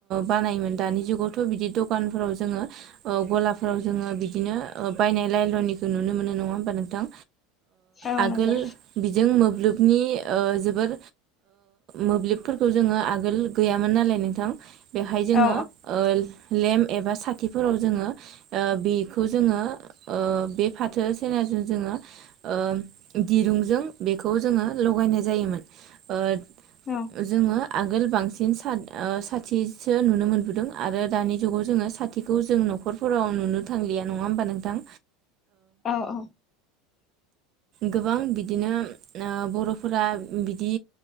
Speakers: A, on the right; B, on the left.
A: बानायमोन। दानि जुगावथ' बिदिथ' दखानफोराव जोंङो गलाफोराव जोंङो बिदिनो बायनाय लायल'नि नुनो मोननाय ना हा नोंथां
B: औ
A: आगोल
B: नंगौ
A: बिजों मोब नि जोबोर मोब्लिबफोरखौ जोंङो आगोल गैयामोन नालाय नोंथां। बेहाय जोंङो
B: औ
A: ओ लेम्प एबा साखिफोराव जोंङो ओ बेखौ जोंङो ओ बे फाथो सनाजों जोङो दिरुंजों बेखौ जोङो लगायनाय जायोमोन। ओ
B: औ
A: जोंङो आगोल बांसिन स साथिसो नुनो मोनबोदों आरो दानि जुगाव जोंङो साथिखौ जों न'खरफोराव नुनो थांलिया नङा होमबा नोंथां।
B: औ औ
A: गोबां बिदिनो बर'फोरा बिदि